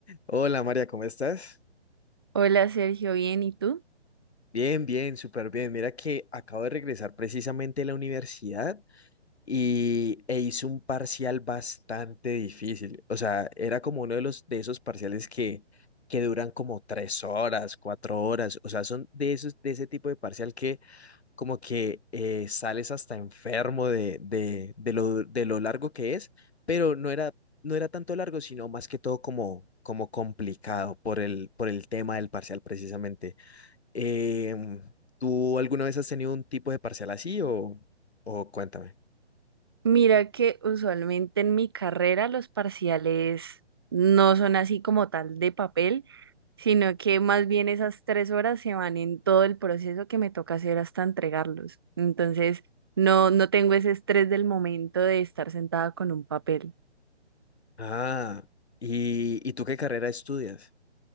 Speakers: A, on the left (about 70°); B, on the right (about 20°).
A: Hola María, ¿cómo estás?
B: Hola Sergio, bien, ¿y tú?
A: Bien, bien, súper bien. Mira que acabo de regresar precisamente de la universidad y e hice un parcial bastante difícil. O sea, era como uno de los de esos parciales que que duran como tres horas, cuatro horas. O sea, son de esos de ese tipo de parcial que como que eh, sales hasta enfermo de de de lo de lo largo que es, pero no era no era tanto largo, sino más que todo como como complicado por el por el tema del parcial precisamente. Em, ¿tú alguna vez has tenido un tipo de parcial así o, o cuéntame?
B: Mira que usualmente en mi carrera los parciales no son así como tal de papel, sino que más bien esas tres horas se van en todo el proceso que me toca hacer hasta entregarlos. Entonces, no, no tengo ese estrés del momento de estar sentada con un papel.
A: Ah, ¿y, y tú qué carrera estudias?